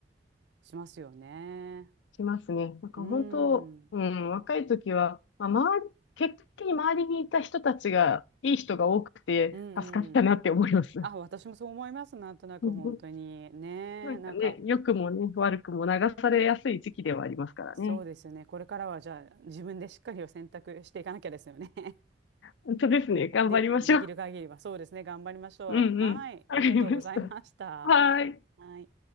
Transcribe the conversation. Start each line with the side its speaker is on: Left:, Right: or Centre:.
Right: しますよね。
Left: しますね。なんか本当、
Right: うーん。
Left: うん、若い時は、まあ、周り、結果的に周りにいた人たちが、いい人が多くて助かったなって思います。
Right: うんうん。あ、私もそう思います。なんとなく本当に。
Left: <laughs>
Right: ねえ。
Left: なんかね、
Right: なんか、
Left: 良くもね、悪くも流されやすい時期ではありますからね。
Right: そうですよね。これからはじゃあ自分でしっかりを選択していかなきゃですよね。<laughs>
Left: 本当ですね。頑張りましょう。
Right: でき、できる限りは。そうですね。頑張りましょう。
Left: うんうん。
Right: はい。
Left: わかりました。
Right: ありがとうございました。
Left: はーい。
Right: はい。